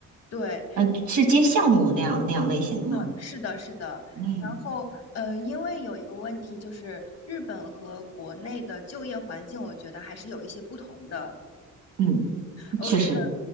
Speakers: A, on the left (about 55°); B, on the right (about 70°).
A: 对，
B: 嗯，是接项目那样那样类型的吗？
A: 呃是的，是的。
B: 嗯
A: 然后，呃，因为有一个问题就是，日本和国内的就业环境，我觉得还是有一些不同的。
B: 嗯，
A: 我觉得
B: 确实。